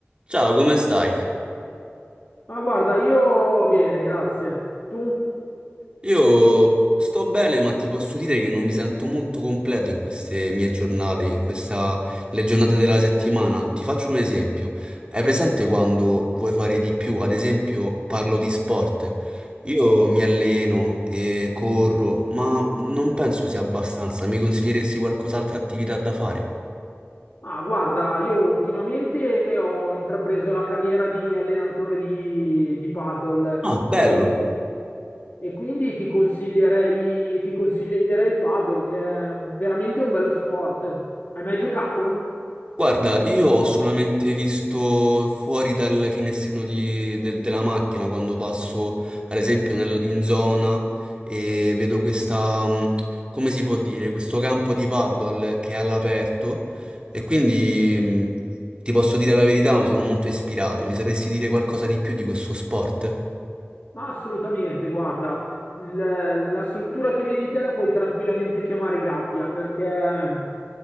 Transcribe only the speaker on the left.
Ma guarda, io bene, grazie. Tu?
Ah, guarda, io ultimamente ho intrapreso la carriera di allenatore di, di paddle
e, e quindi ti consiglierei, ti consiglierei il paddle che è veramente un bello sport. Hai mai giocato?
Ma assolutamente, guarda, il- la struttura che vedi te la puoi tranquillamente chiamare gabbia perché